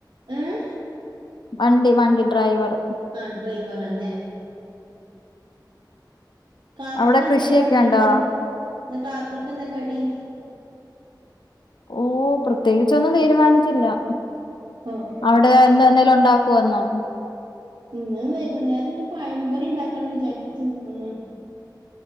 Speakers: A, on the right (about 80°); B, on the left (about 80°).
A: ഏഹ്.
B: വണ്ടി വണ്ടി ഡ്രൈവറ്.
A: ആഹ് ഡ്രൈവറാല്ലേ. കാപ്പിക്കെന്തേനു
B: അവിടെ കൃഷിയൊക്കെ
A: കടീന്ന്
B: ഉണ്ടോ
A: ഇന്ന് കാപ്പിക്കെന്താ കടി?
B: ഓഹ് പ്രത്യേകിച്ചൊന്നും തീരുമാനിച്ചില്ലാ.
A: ആഹ്
B: അവിടെ എന്നും എന്തേലും ഉണ്ടാക്കോ എന്നും.
A: ഇന്ന് വൈകുന്നേരം ഇഞ്ഞ് പഴംപൊരി ഇണ്ടാക്കണം വിചാരിച്ച് നിക്കുന്നു.